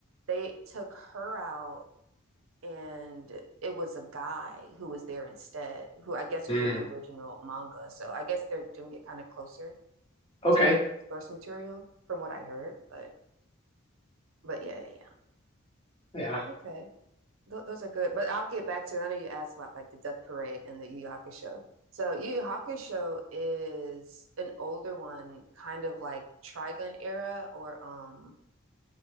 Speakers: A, on the right (about 70°); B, on the left (about 25°).
A: they took her out and it was a guy who was there instead, who I guess
B: Hmm.
A: was in the original manga. So I guess they're doing it kind of closer
B: Okay.
A: to source material from what I heard, but but yeah, yeah,
B: Yeah.
A: yeah. Okay. Th those are good. But I'll get back to I know you asked about like the Death Parade and the Yu Yu Hakusho. So Yu Yu Hakusho is an older one, kind of like Trigun era or um